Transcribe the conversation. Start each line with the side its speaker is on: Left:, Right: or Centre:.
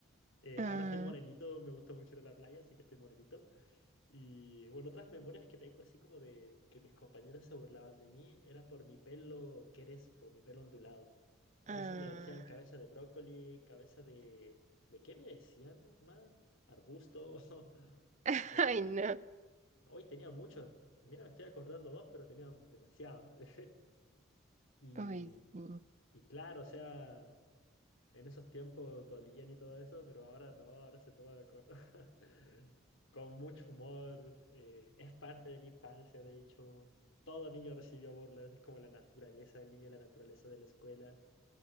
Left: Eh,
Right: Ah,
Left: ahora estoy morenito, me gusta mucho ir a la playa, así que estoy morenito. Y bueno, otras memorias que tengo así como de que mis compañeros se burlaban de mí era por mi pelo crespo, mi pelo ondulado.
Right: ah.
Left: Entonces me decían cabeza de brócoli, cabeza de... ¿De qué me decían más? ¿Arbusto? <laughs>
Right: <laughs>
Left: o,
Right: Ay, no.
Left: Hoy tenía muchos. Mira, me estoy acordando dos, pero tenía demasiado. <laughs> Y,
Right: Ay, sí.
Left: y claro, o sea, en esos tiempos dolían y todo eso, pero ahora no, ahora se toma con, <laughs> con mucho humor. eh, es parte de la infancia, de hecho. Todo niño recibió burlas, es como la naturaleza del niño y la naturaleza de la escuela.